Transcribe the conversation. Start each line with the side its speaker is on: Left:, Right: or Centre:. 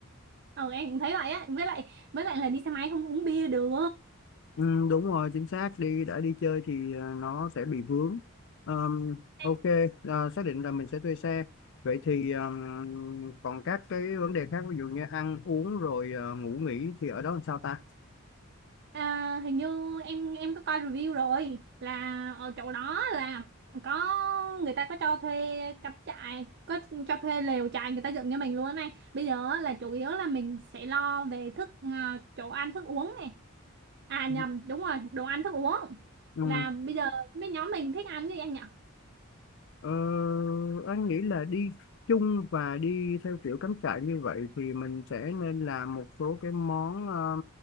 Right: ừ em cũng thấy vậy á với lại với lại là đi xe máy không uống bia được
Left: ừ, đúng rồi chính xác đi đã đi chơi thì à, nó sẽ bị vướng Ờm, ok
Right: Ê,
Left: à, xác định là mình sẽ thuê xe vậy thì ờm, còn các cái vấn đề khác ví dụ như ăn uống rồi à, ngủ nghỉ thì ở đó làm sao ta
Right: À, hình như em em có coi review rồi là ở chỗ đó là có người ta có cho thuê cắm trại có cho thuê lều trại người ta dựng cho mình luôn á anh bây giờ á, là chủ yếu là mình sẽ lo về thức à, chỗ ăn thức uống này à
Left: Ừ.
Right: nhầm đúng rồi đồ ăn thức uống
Left: ừ.
Right: là bây giờ không biết nhóm mình thích ăn gì anh nhỉ
Left: Ờ, anh nghĩ là đi chung và đi theo kiểu cắm trại như vậy thì mình sẽ nên làm một số cái món ờ,